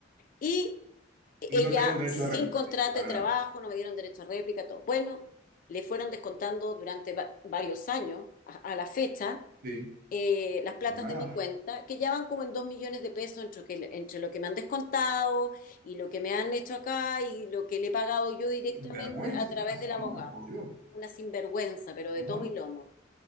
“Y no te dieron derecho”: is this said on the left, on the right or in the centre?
Right